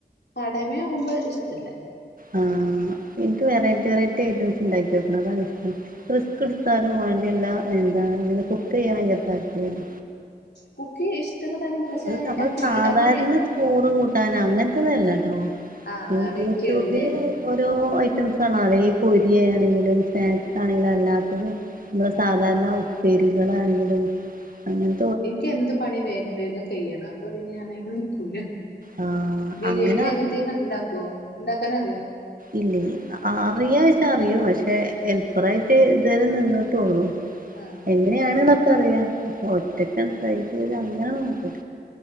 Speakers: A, on the left (about 75°); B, on the right (about 55°).
A: കടമ ആകുമ്പോൾ ഇഷ്ടമല്ല
B: ആഹ് എനിക്ക് വെറൈറ്റി വെറൈറ്റി ഐറ്റംസ് ഉണ്ടാക്കി നോക്കണം അതാണിഷ്ടം റിസ്ക് എടുത്താലും വേണ്ടില്ല എന്താണ് ഇങ്ങനെ കുക്ക് ചെയ്യാൻ ഭയങ്കര താത്പര്യമാണ്
A: കുക്കിംഗ് ഇഷ്ടൊക്കെ തന്നെയാണ് പക്ഷെ
B: അത് നമ്മൾ
A: ക്ലീ
B: സാധാരണ
A: അത് കഴിഞ്ഞ്
B: ചോറ് കൂട്ടാന് അങ്ങനത്തെതല്ലട്ടോ
A: ആ
B: ഈ
A: വെറൈറ്റികള്
B: യൂട്യൂബില്
A: ല്ലേ
B: ഓരോ ഐറ്റംസ് ആണോ അതെ ഈ പൊരിയയാണെങ്കിലും സ്നാക്സ് ആണെങ്കിലും അല്ലാത്തത് നമ്മള് സാധാരണ ഉപ്പേരികളാണെങ്കിലും അങ്ങനെ
A: എനിക്ക് എന്ത് പണിയും വേഗം വേഗം കഴിയണം അപ്പൊ പിന്നെ ഞാൻ അതിന് നിക്കൂല
B: ആ
A: ബിരിയാണി
B: അങ്ങനെ
A: അങ്ങനത്തെ യെക്കെ ഉണ്ടാക്കുവോ ഉണ്ടാക്കാന് അറിയോ
B: ഇല്ല അറിയാ വെച്ച അറിയും പക്ഷെ ഹെൽപ്പറായിട്ട് ഇതുവരെ നിന്നിട്ടുള്ളൂ
A: ആഹ്
B: എങ്ങനെയാാണ് എന്നൊക്കെ അറിയാം ഒറ്റക്ക് <unintelligible> അങ്ങനെ നോക്ക